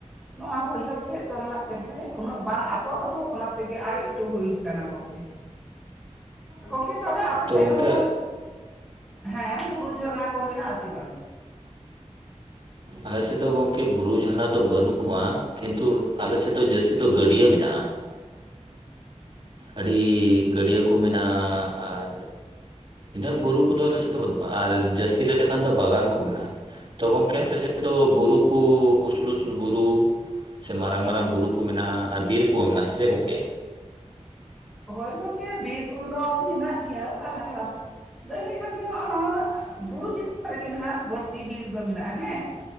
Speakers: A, in the centre; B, on the right.
A: ᱱᱚᱣᱟ ᱵᱟᱹᱭᱦᱟᱹᱲ ᱥᱮᱫ ᱫᱚ ᱦᱟᱸᱜ ᱡᱮᱭᱥᱮ ᱩᱱᱟᱹᱜ ᱵᱟᱝ ᱟᱫᱚᱜ-ᱟ ᱫᱚ ᱚᱱᱟ ᱛᱮᱜᱮ ᱟᱨᱮᱡ ᱮᱠᱴᱩ ᱦᱩᱭ ᱠᱟᱱᱟ ᱜᱚᱝᱠᱮ᱾ ᱜᱚᱢᱠᱮ ᱛᱟᱦᱚᱞᱮ ᱟᱯᱮ
B: ᱛᱚ
A: ᱥᱮᱫ
B: ᱜᱚᱢᱠᱮ
A: ᱱᱚᱣᱟ ᱦᱮᱸ ᱵᱩᱨᱩ ᱡᱷᱟᱨᱱᱟ ᱠᱚ ᱢᱮᱱᱟᱜ-ᱟ ᱥᱮ ᱵᱟᱝ?
B: ᱟᱞᱮ ᱥᱮᱫ ᱫᱚ ᱜᱚᱝᱠᱮ ᱵᱩᱨᱩ ᱡᱷᱟᱨᱱᱟ ᱫᱚ ᱵᱟᱹᱱᱩᱜ-ᱟ ᱠᱤᱱᱛᱩ ᱟᱞᱮ ᱥᱮᱫ ᱫᱚ ᱡᱟᱹᱥᱛᱤ ᱫᱚ ᱜᱟᱹᱰᱭᱟᱹ ᱢᱮᱱᱟᱜ-ᱟ᱾
A: <inaudible> ᱞ <unintelligible>
B: ᱟᱹᱰᱤ ᱜᱟᱹᱰᱭᱟᱹ ᱠᱚ ᱢᱮᱱᱟᱜ-ᱟ, ᱟᱨ ᱩᱱᱟᱹᱜ ᱵᱩᱨᱩ ᱠᱚᱫᱚ ᱟᱞᱮ ᱥᱮᱫ ᱫᱚ ᱵᱟᱹᱱᱩᱜ-ᱟ, ᱟᱨ ᱡᱟᱹᱥᱛᱤ ᱞᱟᱹᱭ ᱞᱮᱠᱷᱟᱱ ᱫᱚ ᱵᱟᱜᱟᱱ ᱠᱚ ᱢᱮᱱᱟᱜ-ᱟ᱾ ᱛᱚ ᱜᱚᱢᱠᱮ ᱟᱯᱮ ᱥᱮᱫ ᱫᱚ ᱵᱩᱨᱩ ᱠᱚ ᱩᱥᱩᱞ ᱩᱥᱩᱞ ᱵᱩᱨᱩ ᱥᱮ ᱢᱟᱨᱟᱝ ᱢᱟᱨᱟᱝ ᱵᱩᱨᱩ ᱠᱚ ᱢᱮᱱᱟᱜ-ᱟ, ᱟᱨ ᱵᱤᱨ ᱠᱚᱦᱚᱸ ᱢᱮᱱᱟᱜ-ᱟ, ᱥᱮ ᱪᱮᱫ ᱜᱚᱢᱠᱮ?
A: ᱦᱳᱭ ᱜᱚᱝᱠᱮ ᱵᱤᱨ ᱠᱚᱫᱚ ᱢᱮᱱᱟᱜ ᱜᱮᱭᱟ, ᱟᱨ ᱞᱟᱹᱭ ᱞᱮᱠᱷᱟᱱ ᱫᱚ ᱱᱟᱜ ᱱᱚᱣᱟ ᱵᱩᱨᱩ ᱪᱮᱛᱟᱱ ᱨᱮᱜᱮ ᱱᱟᱜ ᱵᱟᱹᱲᱛᱤ ᱵᱤᱨ ᱫᱚ ᱢᱮᱱᱟᱜ-ᱟ ᱦᱮᱸ ᱾